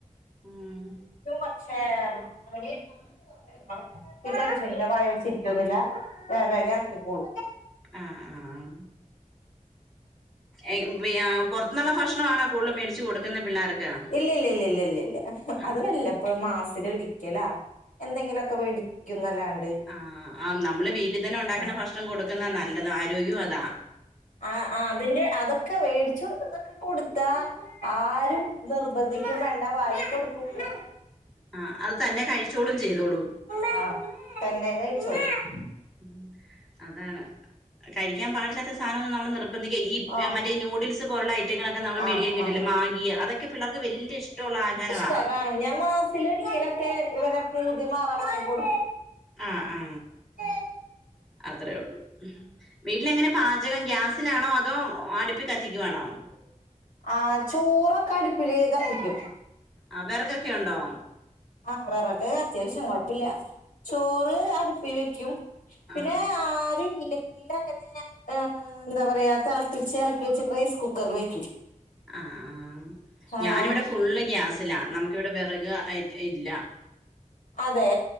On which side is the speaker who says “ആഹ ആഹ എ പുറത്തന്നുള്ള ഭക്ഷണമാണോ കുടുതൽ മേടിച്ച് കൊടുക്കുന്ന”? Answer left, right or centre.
Centre